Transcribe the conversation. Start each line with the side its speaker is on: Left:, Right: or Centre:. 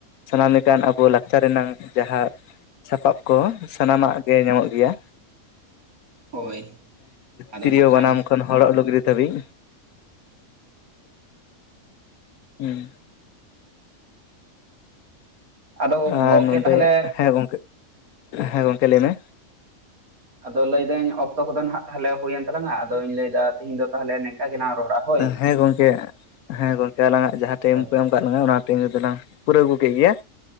Left: ᱥᱟᱱᱟᱢ ᱞᱮᱠᱟᱱ ᱟᱵᱚ ᱞᱟᱠ ᱪᱟᱨᱱᱟᱝ ᱡᱟᱦᱟᱸᱼ ᱥᱟᱯᱟᱵ ᱠᱚ ᱥᱟᱱᱟᱢᱟᱜ ᱜᱮ ᱧᱟᱢᱚᱜ ᱜᱮᱭᱟ᱾
Right: ᱦᱳᱭ ᱟᱫᱚ
Left: ᱛᱨᱤᱭᱳ
Right: ᱱᱟᱜ ᱠᱷᱟᱱ
Left: ᱵᱟᱱᱟᱢ ᱠᱷᱚᱱᱼᱼ ᱦᱚᱲᱚᱜ ᱞᱩᱜᱽᱤ ᱫᱷᱟᱹᱵᱤᱡ ᱦᱮᱸ
Right: ᱟᱫᱚ
Left: ᱟᱨ
Right: ᱜᱚᱢᱠᱮ
Left: ᱱᱚᱸᱰᱮ
Right: ᱛᱟᱦᱚᱞᱮ
Left: ᱦᱮᱸ ᱜᱚᱝᱠᱮ ᱦᱮᱸ ᱜᱚᱝᱠᱮ ᱞᱟᱹᱭ ᱢᱮ?
Right: ᱟᱫᱚ ᱞᱟᱹᱭᱫᱟᱹᱧ ᱚᱠᱛᱚ ᱠᱚᱫᱚ ᱱᱟᱦᱟᱸᱜ ᱛᱟᱦᱚᱞᱮ ᱦᱩᱭᱮᱱ ᱛᱟᱞᱟᱝᱟ ᱟᱫᱚᱧ ᱞᱟᱹᱭᱫᱟ ᱛᱤᱦᱤᱧ ᱫᱚ ᱛᱟᱦᱚᱞᱮ ᱱᱤᱝᱠᱟ ᱜᱮᱞᱟᱝ ᱨᱚᱲᱟ᱾ ᱦᱳᱭ
Left: ᱦᱮᱸ ᱜᱚᱝᱠᱮ ᱦᱮᱸ ᱜᱚᱝᱠᱮ ᱟᱞᱟᱝᱟᱜ ᱡᱟᱦᱟᱸ ᱴᱟᱭᱤᱢ
Right: ᱦᱳᱭ
Left: ᱠᱚ ᱮᱢᱼᱼ ᱮᱢ ᱠᱟᱜ ᱞᱟᱝᱟ ᱚᱱᱟ ᱴᱟᱭᱤᱢ ᱨᱮᱫᱚ ᱞᱟᱝ ᱯᱩᱨᱟᱹᱣ ᱟᱹᱜᱩ ᱠᱮᱫ ᱜᱮᱭᱟ